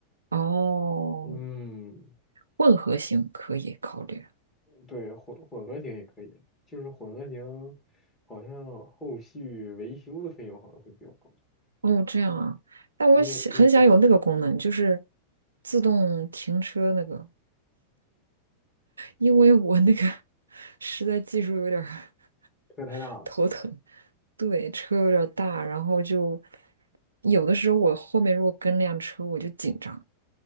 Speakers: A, on the right; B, on the left.
A: 哦，
B: 嗯，
A: 混合型可以考虑。
B: 对，混混合型也可以，就是混合型好像后续维修的费用好像会比较高，
A: 哦，这样啊，但我想很想有那个功能，
B: 因为因为
A: 就是自动停车那个，因为我那个 <laughs> 实在技术有点儿 <laughs>
B: 车太大了。
A: 头疼，对，车有点儿大，然后就有的时候我后面如果跟辆车，我就紧张，